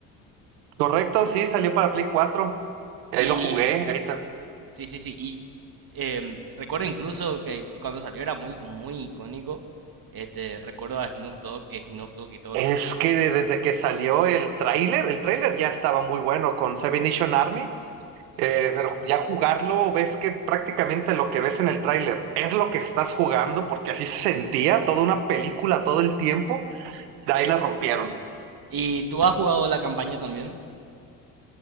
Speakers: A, on the right; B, on the right.
A: Correcto, sí, salió para Play 4. Ahí
B: Y
A: lo jugué,
B: sí,
A: ahí tam-
B: sí, sí. sí. Y em, recuerdo incluso que que cuando salió era muy, muy icónico. Este, recuerdo a Snoop Dogg, que Snoop Dogg y todos
A: Es
B: los...
A: que de- desde que salió el tráiler, el tráiler ya estaba muy bueno con Seven Nation Army, eh, pero ya jugarlo, ves que prácticamente lo que ves en el tráiler es lo que estás jugando, porque así se sentía, toda una película todo el tiempo, de ahí la rompieron.
B: ¿Y tú has jugado la campaña también?